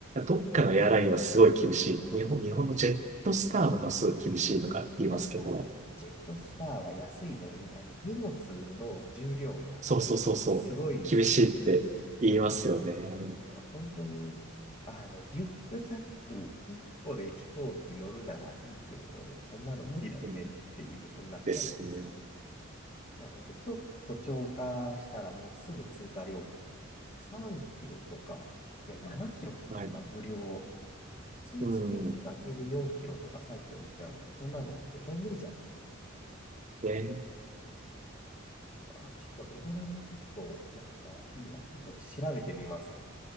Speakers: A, on the right (about 35°); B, on the left (about 25°).
A: どっかのエアラインはすごい厳しい。日本、日本のジェットスターとかすごい厳しいとか言いますけど、
B: あージェットスターは安い分、あの、荷物の重量が
A: そうそうそうそう、
B: すごいんですよ。
A: 厳しいって言いますよね。
B: だから本当に、あの、リュックサック1個で飛行機乗るならいいけれども、そんなの無理だよねっていう、
A: うん
B: そんな話ですよね。
A: ですね。
B: なので、ちょっと超過したらもうすぐ追加料金なんで、3キロとか、いや、7キロだったかな、
A: はい。
B: 無料。スーツケースだけで4キロとか3キロいっちゃうんで、
A: うん。
B: そんなの絶対無理じゃんっていう。
A: で、
B: あー、ちょっとベトナムちょっとなんかいいな。ちょっと調べてみます。